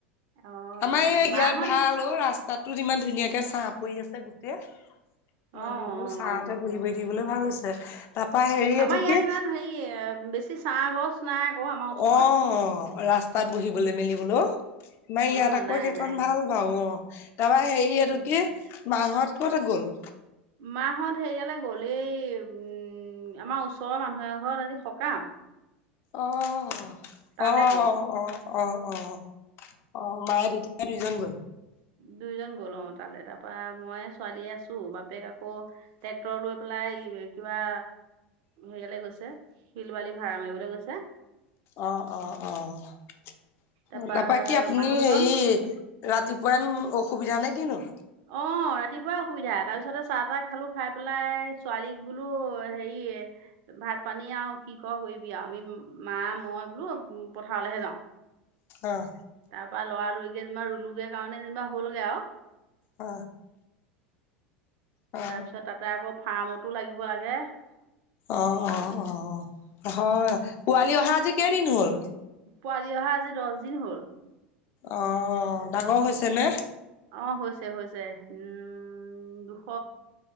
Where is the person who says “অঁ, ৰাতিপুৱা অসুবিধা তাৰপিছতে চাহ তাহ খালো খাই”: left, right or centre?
Right